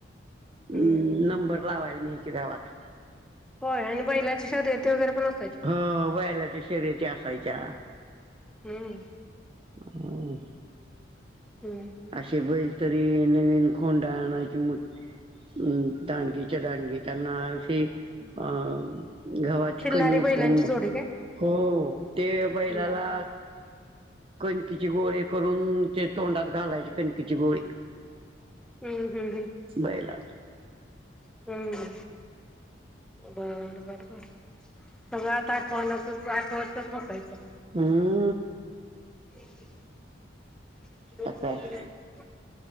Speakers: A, in the centre; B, on the right.
A: हम्म
B: हम्
A: हम्म
B: नंबर लावायला नाहीच्या गावात.
A: होय आणि बैलाची शर्यती वगैरे पण असतात.
B: ह वयलाच्या शर्यती असायच्या.
A: हम्म.
B: ह.
A: हम्म
B: असे बैल तरी नवीन कोोंडा आणायची मु हम्म दानगच्या दानगचानाशी अ घवाची
A: खिल्लारी
B: कणीक
A: बैलांची
B: को
A: जोडी काय
B: हो ते पहिल्याला
A: खिल्लार
B: कणकीचे गोळे करून ते तोंडात घालायचे कणकीची गोळे
A: हम्म हम् हम्.
B: बयलाल
A: हम्म. बरं बरं बर सगळ आता आठवणच आठवजताच बसायचं.
B: हम्म.
A: <unintelligible>
B: आता काय